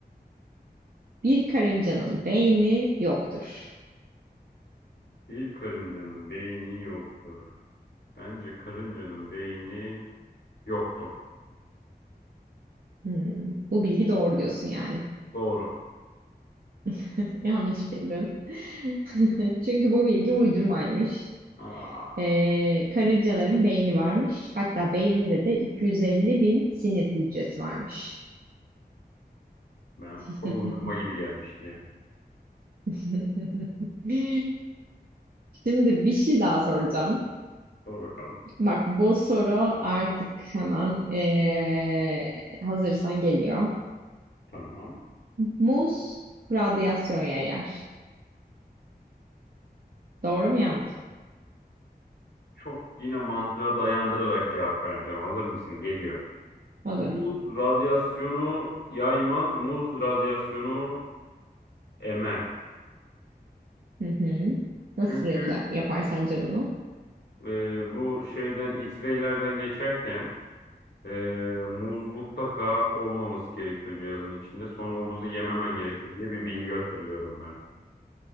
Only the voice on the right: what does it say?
bir karıncanın beyni yoktur.
Hmm, bu bilgi doğru diyorsun yani.
<laughs> Yanlış bildin. <laughs> Çünkü bu bilgi uydurmaymış.
Ee, karıncaların beyni varmış. Hatta beyninde de 250 bin sinir hücresi varmış.
<laughs>
<laughs> Şimdi bir şey daha soracağım.
Bak bu soru artık hemen eee, hazırsan geliyor.
Muz radyasyon yayar. Doğru mu yanlış mı?
Hazırım.
Hı hı. Nasıl
yapar, yapar sence bunu?